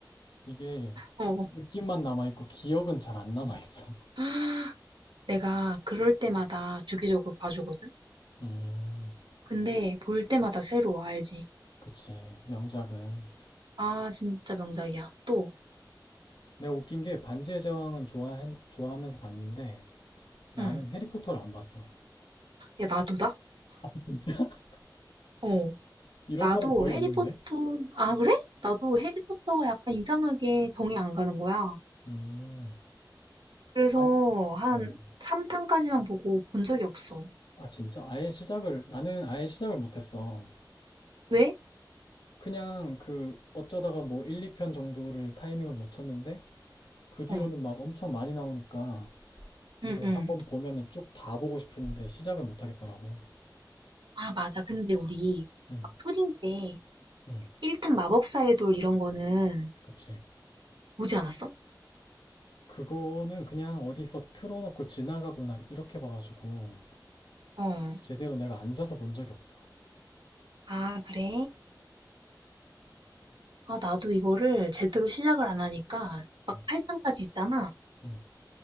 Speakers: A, on the left; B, on the right.
A: 이게
B: 어,
A: 느낌만 남아있고, 기억은 잘 안 남아있어. <laughs>
B: <gasps> 아, 내가 그럴 때마다 주기적으로 봐주거든?
A: 음,
B: 근데 볼 때마다 새로워, 알지?
A: 그치. 명작은.
B: 아, 진짜 명작이야. 또,
A: 내가 웃긴 게 반지의 제왕은 좋아, 좋아하면서 봤는데 나는
B: 응.
A: 해리포터를 안 봤어.
B: 야, 나도다?
A: 아, 진짜? <laughs>
B: 어.
A: 이런
B: 나도
A: 사람 거의
B: 해리포터,
A: 없는데?
B: 아, 그래? 나도 해리포터가 약간 이상하게 정이 안 가는 거야.
A: 음.
B: 그래서
A: 아,
B: 한
A: 어.
B: 3탄까지만 보고 본 적이 없어.
A: 아, 진짜? 아예 시작을, 나는 아예 시작을 못했어.
B: 왜?
A: 그냥 그 어쩌다가 뭐 1, 2편 정도를 타이밍을 놓쳤는데 그 뒤로는
B: 어.
A: 막 엄청 많이 나오니까 이걸
B: 응, 응.
A: 한번 보면은 쭉 다 보고 싶은데 시작을 못 하겠더라고.
B: 아, 맞아. 근데 우리
A: 응,
B: 막 초딩 때
A: 응,
B: 1탄 마법사의 돌 이런 거는
A: 그치.
B: 보지 않았어?
A: 그거는 그냥 어디서 틀어놓고 지나가고 나 이렇게 봐가지고
B: 어.
A: 제대로 내가 앉아서 본 적이 없어.
B: 아, 그래? 아, 나도 이거를 제대로 시작을 안 하니까 막
A: 음,
B: 8탄까지 있잖아.
A: 음.